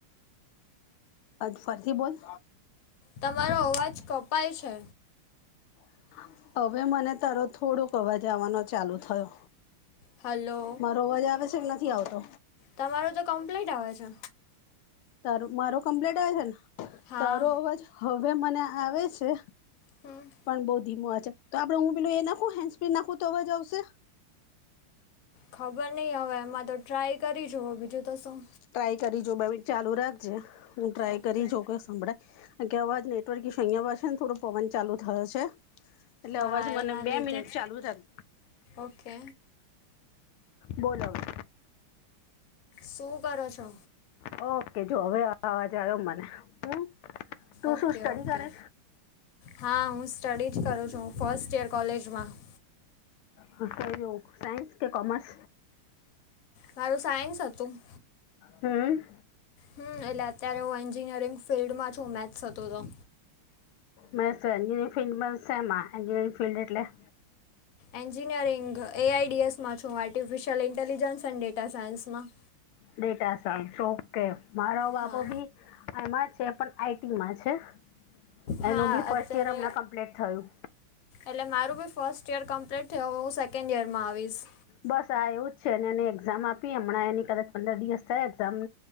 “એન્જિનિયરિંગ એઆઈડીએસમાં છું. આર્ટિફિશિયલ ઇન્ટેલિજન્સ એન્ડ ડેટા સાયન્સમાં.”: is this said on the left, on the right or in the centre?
Left